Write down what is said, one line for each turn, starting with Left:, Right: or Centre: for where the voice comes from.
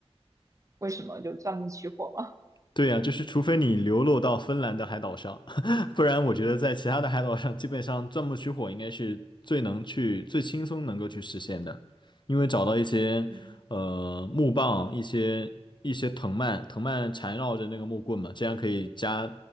Right: 为什么就钻木取火嘛？
Left: 对呀，就是除非你流落到芬兰的海岛上，<laughs> 不然我觉得在其他的海岛上，基本上钻木取火应该是最能去、最轻松能够去实现的，因为找到一些呃木棒、
Right: 嗯
Left: 一些一些藤蔓，藤蔓缠绕着那个木棍嘛，这样可以加